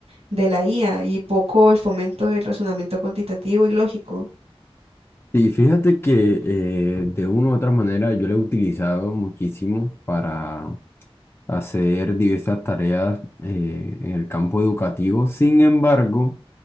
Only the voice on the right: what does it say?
de la IA y poco el fomento del razonamiento cuantitativo y lógico.